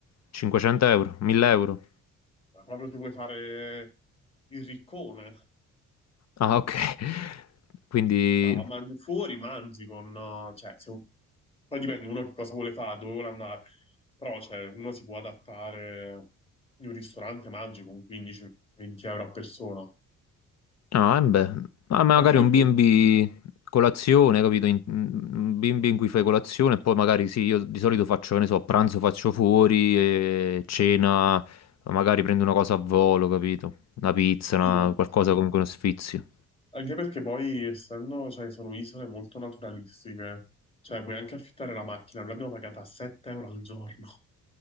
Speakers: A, on the left (about 60°); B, on the left (about 20°).
A: 500 euro, 1000 euro.
B: proprio se vuoi fare il riccone,
A: Ah, ok. <laughs> Quindi...
B: Ah, man- fuori mangi con... eh, Cioè, se... Poi dipende uno che cosa vuole fare, dove vuole andare. Però, cioè, uno si può adattare in un ristorante, mangi con 15-20 euro a persona.
A: Ah, eh beh, ma magari
B: Anche perché...
A: un B&B colazione, capito? In- un B&B in cui fai colazione e poi magari sì, io di solito faccio, che ne so, a pranzo faccio fuori e cena, magari prendo una cosa a volo, capito? Una pizza,
B: Sì,
A: una-
B: eh.
A: qualcosa comunque uno sfizio.
B: Anche perché poi, essendo, cioè, sono isole molto naturalistiche, cioè, puoi anche affittare la macchina. Noi l'abbiamo pagata a 7 euro al giorno.